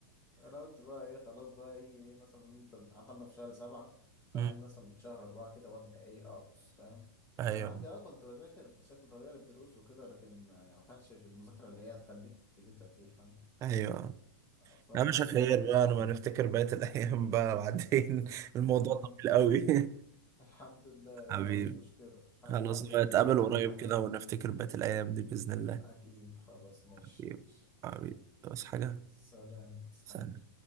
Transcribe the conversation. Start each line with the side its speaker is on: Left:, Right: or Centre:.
Left: انا قلت بقى ايه خلاص بقى يجي ايه مثلا انت الامتحانات عندك في شهر سبعة فانا
Right: أمم،
Left: هاجي مثلا من شهر اربعة كده وابدا ايه اقص فاهم
Right: أيوه
Left: كان عندي اه كنت بذاكر بشكل طبيعي للدروس وكده لكن يعني ما كانش في المذاكره اللي هي تخليك تجيب تقدير فاهم
Right: أيوه
Left: آه، فبس
Right: لا مش خير
Left: يعني
Right: بقى انا ما نفتكر بقية الايام بقى بعدين <laughs> الموضوع
Left: هي
Right: طويل قوي
Left: <laughs> الحمد لله
Right: <laughs> حبيبي
Left: بقى مش مشكله الحاله
Right: خلاص
Left: الدراسيه
Right: بقى
Left: دي
Right: نتقابل
Left: يعني
Right: قريب
Left: حاجه
Right: كده ونفتكر بقية الايام دي باذن الله
Left: اكيد خلاص ماشي
Right: حبيبي
Left: ماشي
Right: حبيبي بس حاجة
Left: سلام تسلم
Right: سلام